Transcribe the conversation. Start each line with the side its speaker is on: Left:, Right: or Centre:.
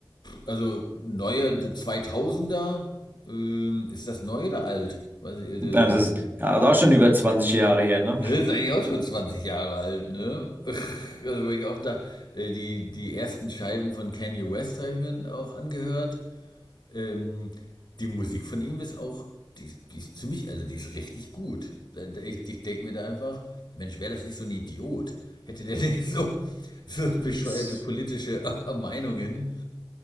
Left: Also neue 2000er, ähm, ist das neu oder alt? Weiß ich, der
Right: Das
Left: so,
Right: ist ja auch schon über zwanzig Jahre her, ne?
Left: ne, ist eigentlich auch schon 20 Jahre alt, ne? <laughs> Also wo ich auch da, äh, die, die ersten Scheiben von Kanye West habe ich mir auch angehört. Ähm, die Musik von ihm ist auch, die, ist- die ist ziemlich, also die ist richtig gut. Da- da- Ich, ich denke mir da einfach, Mensch, wäre das nicht so ein Idiot? Hätte der <laughs> nicht so, so bescheuerte
Right: Das,
Left: politische <laughs> Meinungen,